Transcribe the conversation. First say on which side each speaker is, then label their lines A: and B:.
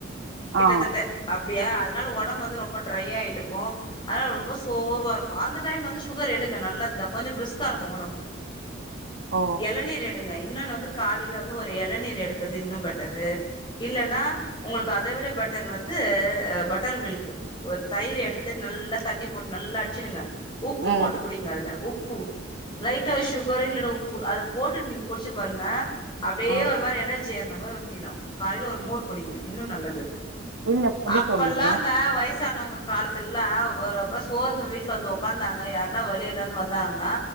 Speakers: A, on the left; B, on the right.
A: கிட்டத்தட்ட
B: ஆ
A: அப்டியா அத்னால ஒடம்பு வந்து ரொம்ப ட்ரை ஆய்ட்டுருக்கு அதனால ரொம்ப சோர்வா இருக்கு அந்த டைம்ல வந்து சுகர் எடுங்க நல்லத்தா கொஞ்சோ ப்ரிஸ் கா இருக்கு ஒடம்பு
B: ஓ!
A: எளநீர் எடுங்க இன்னொன்னு வந்து காலைல வந்து ஒரு எளநீர் எடுக்றது இன்னு பெட்டரு இல்லன்னா உங்களுக்கு அதவிட பெட்டர் வந்து பட்டர் மில்க்கு ஒரு தயிர் எடுத்து நல்லா தண்ணி போட்டு நல்லா அட்ச்சிடுங்க உப்பு
B: ம்.
A: போட்டு குடிங்க அதுல உப்பு லைட்டா சுகர் இல்லனா உப்பு அத போட்டுட் நீங்க குடிச்சு பாருங்க அப்டியே
B: ஆ
A: ஒரு மாரி எனர்ஜி ஏர்ன மாரி ஒரு ஃபீல் ஆகு காலைல ஒரு மோர் குடிங்க இன்னு நல்லது அது
B: இல்ல புடிக்குங்க.
A: அப்பல்லாங்க வயசு ஆனவ்ங்க காலத்துல்லா ஒரு அப்பதா சோர்ந்து வீட்ல வந்து உக்காந்தாங்க யாருனா வெளில இருந்து வந்தாங்னா